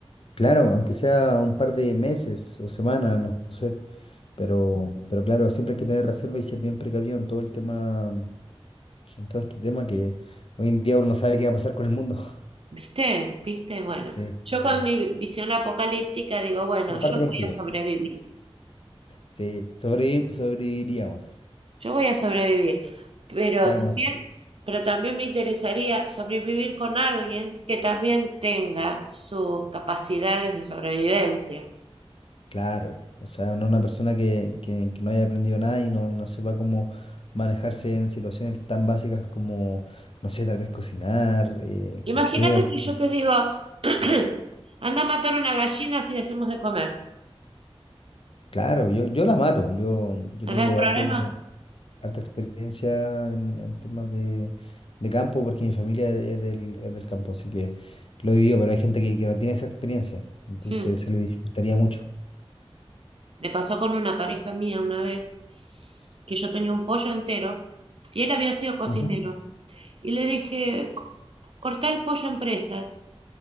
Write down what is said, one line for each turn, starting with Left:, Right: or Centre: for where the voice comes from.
Left: claro, aunque sea un par de meses o semanas, no sé, pero, pero claro, siempre hay que tener reserva y ser bien precavido en todo el tema, en todo este tema que hoy en día uno no sabe qué va a pasar con el mundo. <laughs>
Right: ¿Viste? ¿Viste? Bueno,
Left: Sí,
Right: yo con
Left: sí.
Right: mi visión apocalíptica digo, bueno,
Left: Comparto
Right: yo voy
Left: contigo.
Right: a sobrevivir,
Left: Sí, sobrevi- sobreviviríamos,
Right: yo voy a sobrevivir, pero
Left: sea
Right: también,
Left: como
Right: pero también me interesaría sobrevivir con alguien que también tenga sus capacidades de sobrevivencia.
Left: Claro, o sea, no una persona que, que- que no haya aprendido nada y no, y no sepa cómo manejarse en situaciones tan básicas como, no sé, tal vez cocinar, eh, coser.
Right: Imagínate si yo te digo, <clears throat> anda a matar una gallina si le hacemos de comer.
Left: Claro, yo, yo la mato, yo, yo
Right: ¿No
Left: tengo
Right: tenés
Left: harto,
Right: problema?
Left: harta experiencia en, en temas de, de campo porque mi familia es, del, es del campo, así que lo he vivido, pero hay gente que, que no tiene esa experiencia, entonces
Right: Hmm.
Left: se le dificultaría mucho.
Right: Me pasó con una pareja mía una vez que yo tenía un pollo entero y él había sido cocinero.
Left: Ujú.
Right: Y le dije, "Co- cortá el pollo en presas.